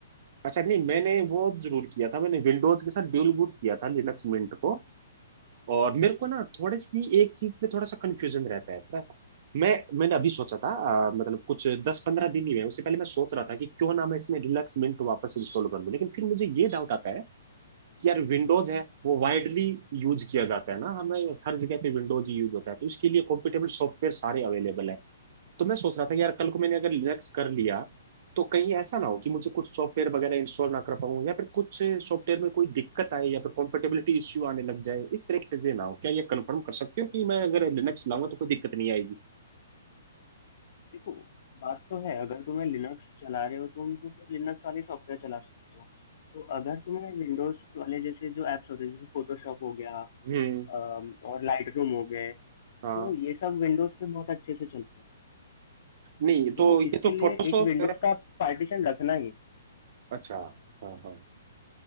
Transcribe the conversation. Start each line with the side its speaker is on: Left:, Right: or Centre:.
Right: अच्छा नहीं मैंने वो जरूर किया था मैंने विंडोज के साथ ड्यूल बूट किया था लिनक्स मिंट को और मेरे को ना थोड़ी सी एक चीज पे थोड़ा सा कंफ्यूजन रहता है पता है? मैं मैंने अभी सोचा था अ, मतलब कुछ दस पंद्रह दिन ही हुए उससे पहले मैं सोच रहा था कि क्यों ना मैं इसमें रिलैक्स मिंट वापस इंस्टॉल कर लूं लेकिन फिर मुझे ये डाउट आता है कि यार विंडोज है वो वाइडली यूज किया जाता है ना हमें हर जगह पे विंडोज ही यूज होता है तो इसके लिए कॉम्पिटेबल सॉफ्टवेयर सारे अवेलेबल है तो मैं सोच रहा था कि यार कल को मैंने अगर लिनक्स कर लिया तो कहीं ऐसा ना हो कि मुझे कुछ सॉफ्टवेयर वगैरह इंस्टॉल ना कर पाऊँ या फिर कुछ सॉफ्टवेयर में कोई दिक्कत आए या फिर कॉम्पेटेबिलिटी इश्यू आने लग जाए इस तरह की चीजें ना हो क्या ये कंफर्म कर सकते हो कि मैं अगर लिनक्स लाऊंगा तो कोई दिक्कत नहीं आएगी
Left: देखो बात तो है अगर तुम्हें लिनक्स चला रहे हो तुम तो फिर लिनक्स वाले सॉफ्टवेयर चला सकते हो तो अगर तुम्हें विंडोज वाले जैसे जो एप्स होते हैं जैसे फोटोशॉप हो गया
Right: हम्म
Left: अम, और लाइट रूम हो गए तो
Right: हाँ
Left: ये सब विंडोज पे बहुत अच्छे से चलते हैं
Right: नहीं
Left: तो
Right: तो ये
Left: इसके
Right: तो
Left: लिए
Right: फोटोशॉप
Left: एक विंडोज
Right: है
Left: का पार्टीशन रखना ही
Right: अच्छा हाँ हाँ